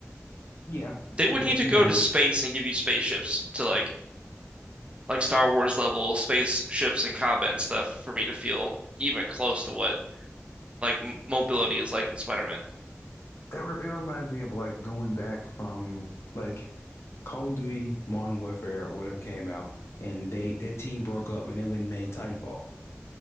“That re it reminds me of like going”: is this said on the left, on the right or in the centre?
Left